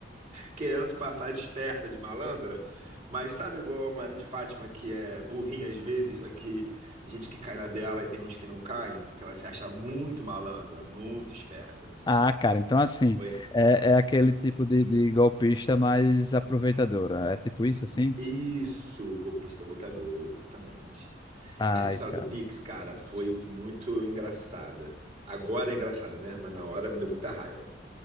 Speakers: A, on the right (about 35°); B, on the left (about 20°).
A: querendo se passar de esperta, de malandra, mas sabe igual a Maria de Fátima, que é burrinha às vezes, só que gente que cai na dela e tem uns que não caem, porque ela se acha muito malandra, muito esperta.
B: Ah, cara, então assim,
A: Oi.
B: é, é aquele tipo de, de golpista mais aproveitadora. É tipo isso, assim?
A: Isso, golpista provocador, exatamente.
B: Ai,
A: Essa história
B: cara.
A: do Pix, cara, foi muito engraçada. Agora é engraçada, né? Mas na hora me deu muita raiva.